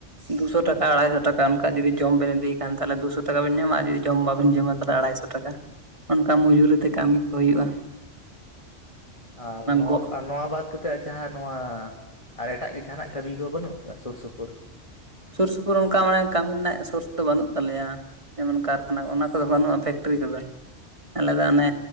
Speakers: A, on the right; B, on the left.
A: ᱫᱩᱥᱚ ᱴᱟᱠᱟ ᱟᱲᱟᱭᱥᱚ ᱴᱟᱠᱟ ᱚᱱᱠᱟ ᱡᱩᱫᱤ ᱡᱚᱢ ᱵᱮᱱ ᱤᱫᱤᱭ ᱠᱷᱟᱱ ᱫᱚ, ᱛᱟᱦᱞᱮ ᱫᱩᱥᱚ ᱴᱟᱠᱟ ᱵᱤᱱ ᱧᱟᱢᱟ ᱟᱨ ᱡᱩᱫᱤ ᱡᱚᱢ ᱵᱟᱵᱮᱱ ᱡᱚᱢᱟ ᱛᱟᱦᱞᱮ ᱟᱲᱟᱭᱥᱚ ᱴᱟᱠᱟ᱾ ᱚᱱᱠᱟ ᱢᱩᱡᱩᱨᱤ ᱛᱮ ᱠᱟᱹᱢᱤ ᱠᱚ ᱦᱩᱭᱩᱜ-ᱟ᱾
B: ᱟᱨ ᱱᱚᱣᱟ
A: ᱜᱚᱜ
B: ᱱᱚᱣᱟ ᱵᱟᱫ ᱠᱟᱛᱮᱜ ᱡᱟᱦᱟᱸ ᱱᱚᱣᱟ ᱟᱨ ᱮᱴᱟᱜ ᱜᱮ ᱡᱟᱦᱟᱱᱟᱜ ᱠᱟᱹᱢᱤ ᱠᱚ ᱵᱟᱹᱱᱩᱜ ᱟᱠᱟᱫᱟ ᱥᱩᱨ ᱥᱩᱯᱩᱨ?
A: ᱥᱩᱨ ᱥᱩᱯᱩᱨ ᱚᱱᱠᱟ ᱢᱟᱱᱮ ᱠᱟᱹᱢᱤ ᱨᱮᱱᱟᱜ ᱥᱳᱨᱥ ᱫᱚ ᱵᱟᱹᱱᱩᱜ ᱛᱟᱞᱮᱭᱟ, ᱡᱮᱢᱚᱱ ᱠᱟᱨᱠᱷᱟᱱᱟ ᱠᱚ ᱚᱱᱟ ᱠᱚᱫᱚ ᱵᱟᱹᱱᱩᱜ-ᱟ ᱯᱷᱮᱠᱴᱨᱤ ᱠᱚᱫᱚ᱾ ᱟᱞᱮ ᱫᱚ ᱚᱱᱮ